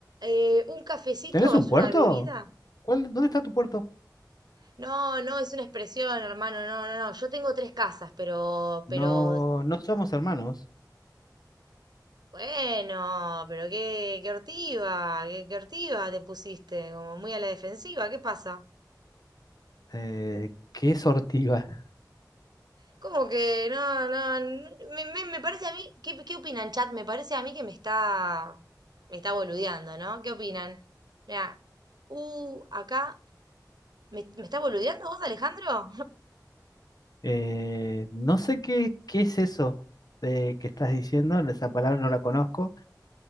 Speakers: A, on the right; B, on the left.
A: Eh, un cafecito
B: ¿Tenés un
A: es
B: puerto?
A: una bebida
B: ¿Cuál, dónde está tu puerto?
A: No, no, es una expresión, hermano, no, no, no. Yo tengo tres casas, pero,
B: No,
A: pero,
B: no somos hermanos.
A: bueno, pero qué, qué hortiva, qué, qué hortiva te pusiste, como muy a la defensiva, ¿qué pasa?
B: Eh, ¿qué es ortiga?
A: Como que, no, no, n- me, me, me parece a mí, ¿qué, qué opinan, chat? Me parece a mí que me está, me está boludeando, ¿no? ¿Qué opinan? Mira, uh, acá, ¿me, me está boludeando vos, Alejandro?
B: Eh, no sé qué, qué es eso eh, que estás diciendo, esa palabra no la conozco